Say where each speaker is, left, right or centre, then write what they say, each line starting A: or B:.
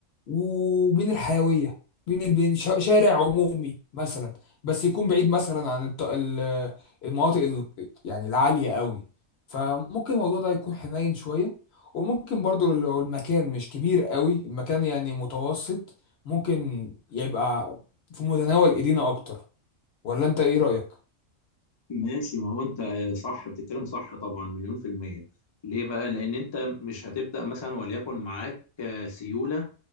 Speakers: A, on the left; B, on the left.
A: وبين الحيوية بين البين شا- شارع عمومي مثلا بس يكون بعيد مثلا عن الط- ال- المناطق ال- يعني العالية قوي فممكن الموضوع ده يكون حنين شوية وممكن برضو لو المكان مش كبير قوي المكان يعني متوسط ممكن يبقى في متناول ايدينا اكتر ولا انت ايه رأيك
B: ماشي ما هو انت صح بتتكلم صح طبعا مليون في المية ليه بقى؟ لأن انت مش هتبدأ مثلا وليكن معاك آه، سيولة